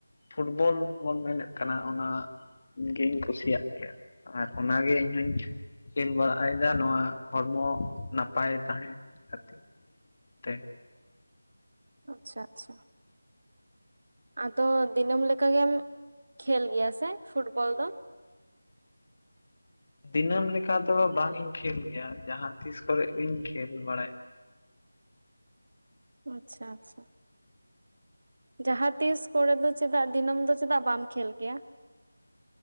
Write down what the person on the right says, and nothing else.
ᱟᱪᱪᱷᱟ ᱪᱷᱟ ᱟᱫᱚ ᱫᱤᱱᱟᱹᱢ ᱞᱮᱠᱟ ᱜᱮᱢ ᱠᱷᱮᱞ ᱜᱮᱭᱟ ᱥᱮ ᱯᱷᱩᱴᱵᱚᱞ ᱫᱚ
ᱟᱪᱪᱷᱟ ᱪᱷᱟ ᱡᱟᱸᱦᱟᱸ ᱛᱤᱥ ᱠᱚᱨᱮ ᱫᱚ ᱪᱮᱫᱟᱜ ᱫᱤᱱᱟᱹᱢ ᱫᱚ ᱪᱮᱫᱟᱜ ᱵᱟᱢ ᱠᱷᱮᱞ ᱠᱮᱭᱟ